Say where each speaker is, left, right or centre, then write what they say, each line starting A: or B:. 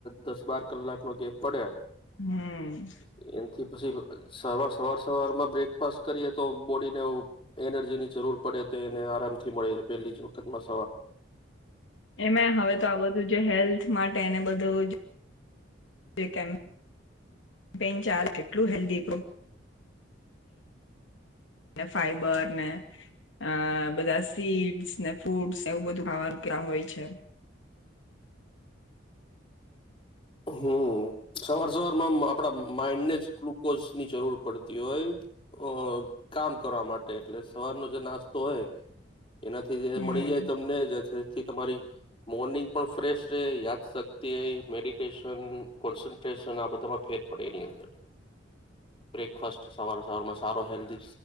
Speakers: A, on the left; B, on the left.
A: દ બાર કલાક નો ગેપ પડે.
B: હમ.
A: એમથી પછી સવાર સવાર સવારમાં બ્રેકફાસ્ટ કરીએ તો બોડીને એ એનર્જી ની જરૂર પડે તો એને આરામ થી મળે છે પેલી જ વખત માં
B: એમે હવે તો આ બધું જે હેલ્થ માટે એને બધું જે કેમ પેન ચાલ કેટલું હેલ્ધી ફાઈબર ને અ બધા સીડ્સ ને, ફૂટ્સને એવું બધું ખાવાનું હોય છે.
A: હમ્મ, સવાર સવારમાં મ આપડા માઈન્ડ ને જ ગ્લુકોઝની જરૂર પડતી હોય, અ કામ કરવા માટે એટલે સવારનો જે નાસ્તો હોય એનાથી જે
B: હમ
A: મળી જાય તમને જે થે થી તમારી મોર્નિંગ પણ ફ્રેશ રે, યાદશક્તિ મેડિ ટેશન, કોન્સનટ્રેશન આ બધામાં ફેર પડે એની અંદર, બ્રેકફાસ્ટ સવાર સવારમાં સારો હેલ્ધી